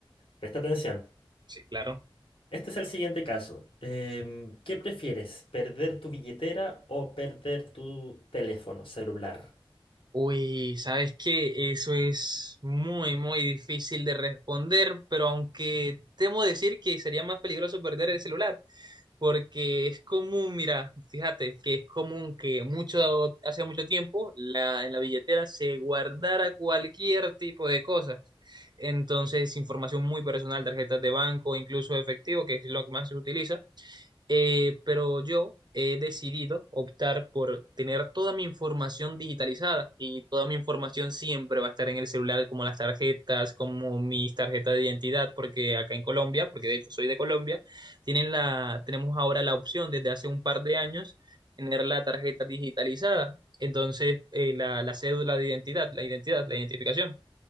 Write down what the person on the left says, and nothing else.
Presta atención.
Este es el siguiente caso. Em, ¿qué prefieres, perder tu billetera o perder tu teléfono celular?